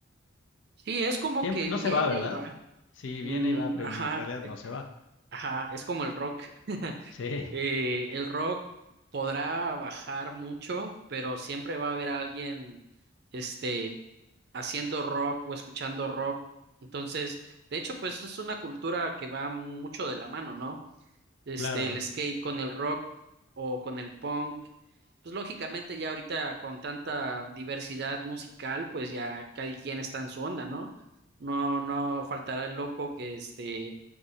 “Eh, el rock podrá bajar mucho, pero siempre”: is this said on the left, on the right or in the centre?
Right